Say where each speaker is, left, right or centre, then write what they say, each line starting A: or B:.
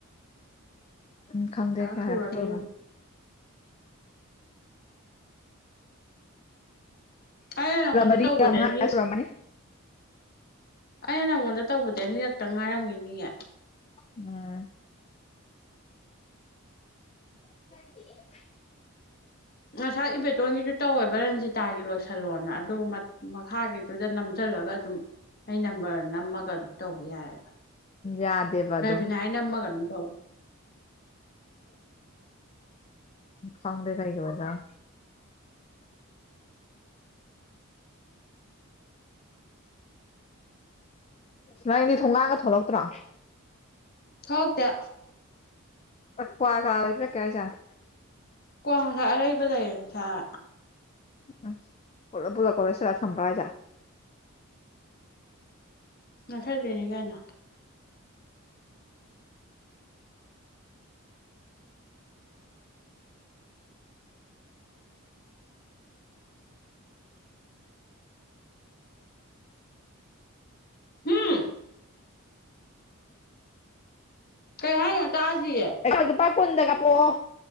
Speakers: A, on the left; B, on the left.
A: ꯎꯝ ꯈꯪꯗꯦ ꯀꯌꯥꯔꯛ
B: ꯁꯨꯔꯒꯦ
A: ꯁꯨꯔꯕꯅ‌ꯣ
B: ꯌꯦꯡꯉꯣ ꯑꯩꯅ ꯅꯪꯉꯣꯟꯗ
A: ꯁ ꯃꯔꯤ
B: ꯇꯧꯕꯗꯤ
A: ꯇꯔꯌꯥꯥꯃꯉꯥꯌꯥ
B: ꯑꯅꯤ
A: ꯁꯨꯔꯛꯝꯃꯅꯤ
B: ꯑꯩꯅ ꯅꯪꯉꯣꯟꯗ ꯇꯧꯕꯗꯤ ꯑꯅꯤꯔꯛꯇ ꯉꯥꯏꯔꯝꯒꯅꯤꯌꯦ
A: ꯎꯝ <unintelligible>
B: ꯉꯁꯥꯏ ꯏꯕꯦꯇꯣꯟꯒꯤꯁꯨ ꯇꯧꯋꯦꯕ ꯔꯟꯖꯤꯇꯥꯒꯤ ꯂꯣꯏꯁꯜꯂꯣꯅ ꯑꯗꯨꯒ ꯃꯈꯥꯒꯤꯗꯨꯗ ꯅꯝꯖꯟ ꯈꯜꯂꯒ ꯑꯗꯨꯝ ꯑꯩ ꯅꯝꯕꯔ ꯅꯝꯃꯒ ꯑꯗꯨꯝ ꯇꯧꯕ ꯌꯥꯑ‌ꯦꯕ
A: ꯌꯥꯗꯦꯕ ꯑꯗꯣ
B: ꯔꯕꯤꯅꯥ ꯍꯥꯏ ꯅꯝꯃꯒꯅ ꯇꯧ
A: ꯈꯪꯗ‌ꯦ ꯀꯔꯤꯒꯤ ꯑ‌ꯣꯏꯔꯤꯖꯥꯠꯅ‌ꯣ <unintelligible> ꯅꯪꯗꯤ ꯊꯣꯡꯒꯥꯡꯒ ꯊꯣꯛꯂꯛꯇ꯭ꯔꯣ
B: ꯊ‌ꯣꯂꯛꯇ‌ꯦ
A: ꯄꯀꯋꯥ ꯀꯥ <unintelligible>
B: ꯀ꯭ꯋꯥ ꯉꯁꯥꯏ ꯑꯔꯩꯕ ꯂꯩꯔ‌ꯦ ꯆꯥꯔ
A: ꯎꯝ ꯄꯨꯂꯞ ꯄꯨꯂꯞꯀ ꯂ‌ꯣꯏꯁꯤꯜꯂ ꯊꯝꯕ꯭ꯔ‌ꯣ ꯍꯥꯏꯔꯤꯁ‌ꯦ
B: ꯉꯊꯡꯗꯩꯅꯤ ꯀꯩꯅ‌ꯣ ꯎꯝ ꯀꯩ ꯍꯥꯏꯅ‌ꯣ ꯇꯗꯤꯌ‌ꯦ
A: ꯑꯩ ꯂꯨꯄꯥ ꯀꯨꯟꯗ ꯀꯥꯄꯛꯑ‌ꯣ